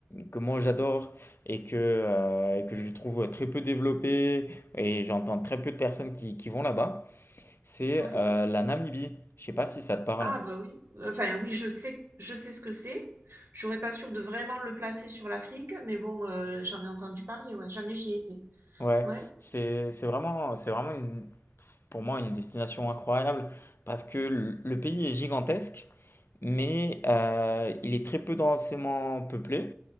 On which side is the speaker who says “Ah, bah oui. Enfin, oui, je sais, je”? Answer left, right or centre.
Right